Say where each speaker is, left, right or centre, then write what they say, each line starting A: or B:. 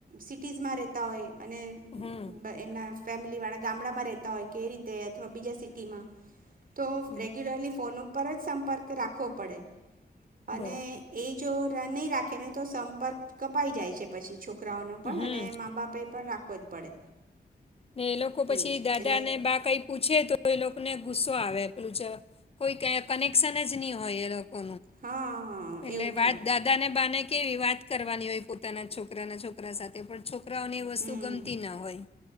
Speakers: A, on the right; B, on the left.
A: સિટીઝમાં રહેતા હોય અને
B: હમ
A: એમના ફેમિલી વાળા ગામડામાં રેતા હોય કે રીતે, અથવા બીજા સિટીમાં તો
B: હમ
A: રેગ્યુલરલી ફોન પર સંપર્ક રાખવો પડે અને
B: બરાબર
A: એ જો નહી રાખે ને તો સંપર્ક કપાઈ જાય છે, પછી છોક છોકરાઓનો પણ
B: હમ
A: અને માઉ બાપે પણ રાખ રાખવું પડે.
B: ને એ લોકો પછી
A: એવું છે
B: દાદા
A: એટલે
B: ને બા કઈ પૂછે તો એ લોકોને ગુસ્સો આવે પેલું, કોઈ કનેક્શન જ નહી હોય એ કો
A: હા
B: એટલે
A: એવું
B: વાત
A: થાય
B: દાદાને બાને કેવી વાત કરવાની હોય પોતાના છોકરાના છોકરા સાથે પણ છો કકરાઓને વસ્તુ
A: હમ
B: ગમતી ના હોય.